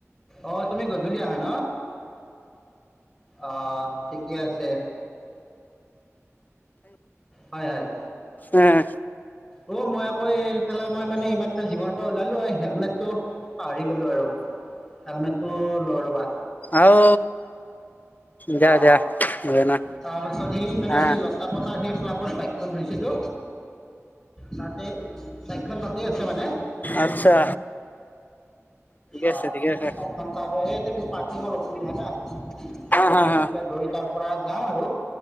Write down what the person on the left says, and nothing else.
উম
আও দিয়া
দিয়া দিয়া না
আ
আচ্ছা ঠিকে
আছে ঠিকে আছে
হা হা
হা